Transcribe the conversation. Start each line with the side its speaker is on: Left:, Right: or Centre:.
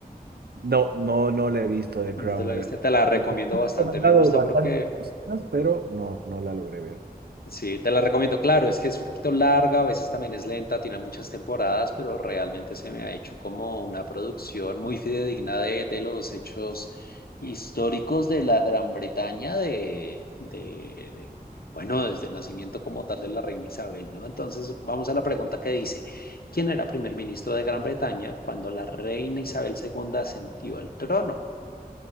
Right: No, no, no la he visto de
Left: ¿No
Right: Crown,
Left: te la
Right: la
Left: viste?
Right: verdad.
Left: Te la recomiendo
Right: Me han
Left: bastante.
Right: recomendado
Left: Me gusta
Right: bastantes
Left: porque
Right: personas, pero no, no la logré ver.
Left: Sí, te la recomiendo. Claro, es que es un poquito larga, a veces también es lenta, tiene muchas temporadas, pero realmente se me ha hecho como una producción muy fidedigna de, de los hechos históricos de la Gran Bretaña, de, de, de- bueno, desde el nacimiento como tal de la reina Isabel, ¿no? Entonces, vamos a la pregunta que dice, ¿quién era primer ministro de Gran Bretaña cuando la reina Isabel II ascendió al trono?